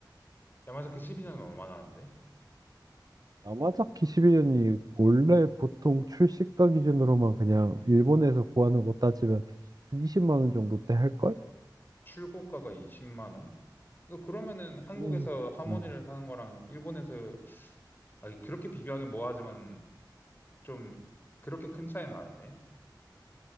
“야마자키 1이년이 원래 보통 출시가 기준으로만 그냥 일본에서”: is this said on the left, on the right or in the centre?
Right